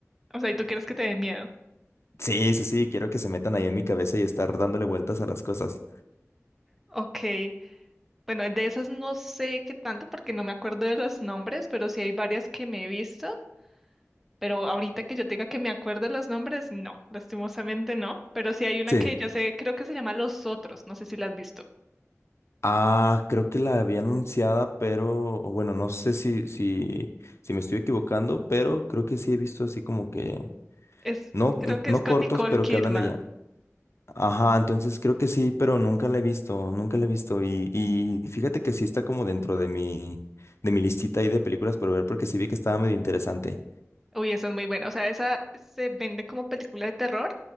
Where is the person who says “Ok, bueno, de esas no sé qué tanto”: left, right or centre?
Centre